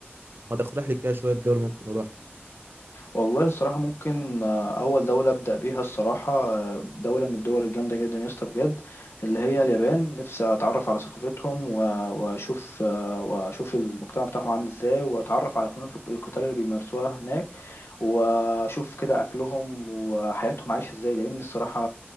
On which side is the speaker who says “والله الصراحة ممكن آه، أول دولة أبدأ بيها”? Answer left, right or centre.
Left